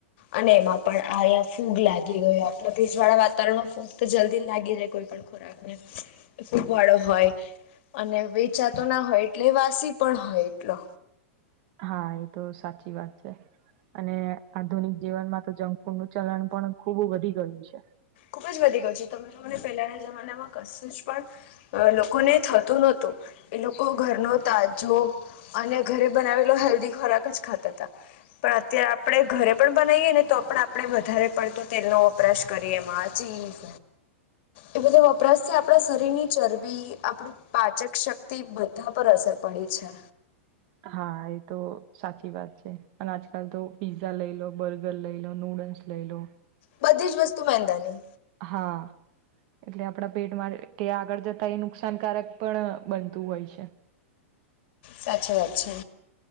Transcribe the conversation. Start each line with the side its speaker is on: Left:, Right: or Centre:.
Left: અને એમાં પણ આહીંયા ફૂગ લાગી ગયો આપ ભેજ વાળા વાતાવરણમાં ફૂગ તો જલ્દી લાગી જાય કોઈ પણ રાખને <unintelligible> ફૂગવાળો હોય અને વેચાતો ના હોય એટલે વાસી પણ હોય એટલો
Right: હા એ તો સાચી વાત છે. અને આધુનિક જીવનમાં તો જંક ફૂડ નું ચલન પણ ખુબ વધી ગયું છે.
Left: ખુબ જ વધી ગયું છે તમે તો મને પહેલાના જમાનામાં કશું જ પણ અ લોકોને થતું નહોતું એ લોકો ઘર નું તાજુ અને ઘરે બનાવેલો હેલ્ધી ખોરાક જ ખાતા તા. પણ અત્યારે આપડણે ઘરે પણ બનાવીએ ને તો પણ આપણે વધારે પડતો તેલનો વપરાશ કરીએ માસ ચિજ એ બધા વપરાશ છે આપણા શરીર ની ચરબી આપડું પાચક શક્તિ બધા પર અસર પડી છે.
Right: હા એ તો સાચી વાત છે અને આજ આજકાલ તો પિઝા લઈ લો બર્ગર લઈ લો નૂડલ્સ લઈ લો
Left: બધી જ વસ્તુ મેંદા ની
Right: હા એટલે આપણા પેટમાં કે આગળ જતા એ નુકસાનકારક પણ બનતું હોય છે.
Left: સાચી વાત છે.